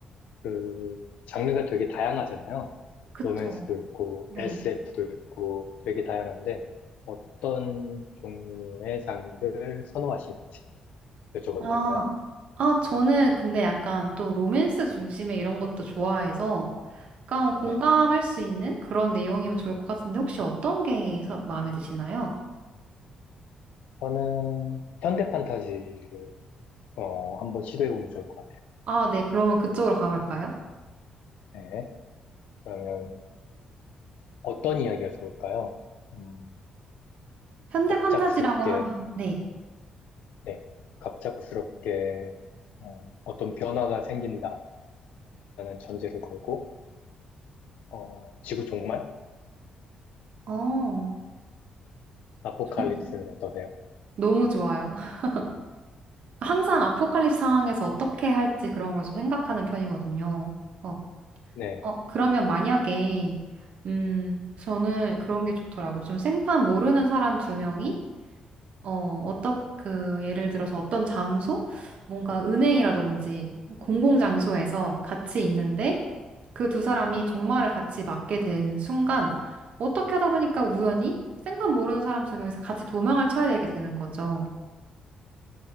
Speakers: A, on the left (about 80°); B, on the right (about 60°).
A: 그, 장르가 되게 다양하잖아요.
B: 그쵸.
A: 로맨스도 있고,
B: 네.
A: SF도 있고, 되게 다양한데, 어떤 종류의 장르를 선호하시는지 여쭤봐도
B: 아,
A: 될까요?
B: 아, 저는 근데 약간 또 로맨스 중심의 이런 것도 좋아해서, 약간 공감할
A: 네.
B: 수 있는 그런 내용이면 좋을 것 같은데, 혹시 어떤 게 서- 마음에 드시나요?
A: 저는 현대 판타지를, 어, 한번 시도해보면 좋을 것 같아요.
B: 아, 네. 그러면 그쪽으로 가볼까요?
A: 네. 그러면 어떤 이야기가 좋을까요? 음,
B: 현대
A: 갑작스럽게
B: 판타지라고 하면, 네.
A: 네, 갑작스럽게 어, 떤 변화가 생긴다라는 전제를 걸고 어, 지구 종말?
B: 어,
A: 아포칼립스는
B: 좋은데요?
A: 어떠세요?
B: 너무 좋아요. <laughs> 항상 아포칼립스 상황에서 어떻게 할지 그런 걸 좀 생각하는 편이거든요. 어,
A: 네,
B: 어, 그러면 만약에, 음, 저는 그런 게 좋더라고요. 좀 생판 모르는 사람 두 명이, 어, 어떻, 그, 예를 들어서 어떤 장소? 뭔가 은행이라든지 공공장소에서 같이 있는데, 그 두 사람이 종말을 같이 맞게 된 순간 어떻게 하다 보니까 우연히 생판 모르는 사람 두 명이서 같이 도망을 쳐야 되게 되는 거죠.